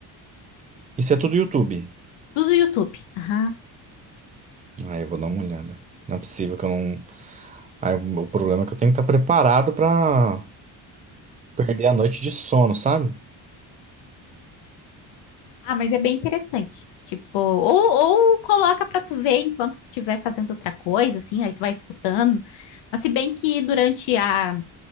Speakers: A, on the right; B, on the left.
A: Isso é tudo YouTube.
B: do YouTube. Aham.
A: Aí eu vou dar uma olhada. Não é possível que eu não. Aí o o problema é que eu tenho que estar preparado pra perder a noite de sono, sabe?
B: Ah, mas é bem interessante. Tipo, ou, ou coloca pra tu ver enquanto tu estiver fazendo outra coisa, assim, aí tu vai escutando. Mas se bem que durante a